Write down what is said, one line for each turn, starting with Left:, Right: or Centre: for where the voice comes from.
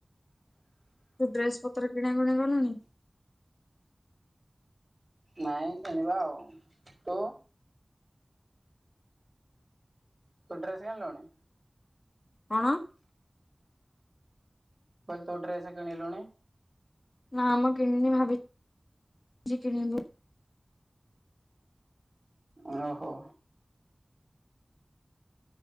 Left: ତୁ ଡ୍ରେସ ପତ୍ର କିଣା କିଣି ଗଲୁଣି?
Right: ନାଇଁ କିଣିବା ଆଉ ତୁ? ତୁଡ୍ରେସ କିଣି ଲୁଣି।
Left: କଣ।
Right: କହିଲି ତୁ ଡ୍ରେସ କିଣିଲୁଣି?
Left: ନାମ କିଣିନି ଭାବି ଚି କିଣିବି
Right: ଓଣ ହୋ।